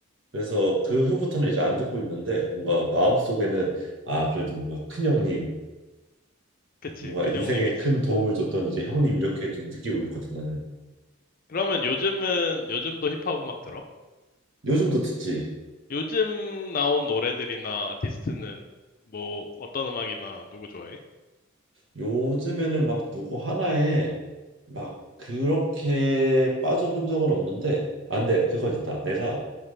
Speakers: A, on the right; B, on the left.
A: 그래서 그 후부터는 이제 안 듣고 있는데 뭔가 마음속에는 아 그래도 뭔가 큰 형님
B: 그치.
A: 뭔가
B: 큰형님이지.
A: 인생에 큰 도움을 줬던 이제 형님 이렇게 좀 느끼고 있거든 나는
B: 그러면 요즘은 요즘도 힙합 음악 들어?
A: 요즘도 듣지
B: 요즘 나온 노래들이나 아티스트는 뭐 어떤 음악이나 누구 좋아해?
A: 요즘에는 막 누구 하나에 막 그렇게 빠져본 적은 없는데 안 돼. 그건 있다. 내가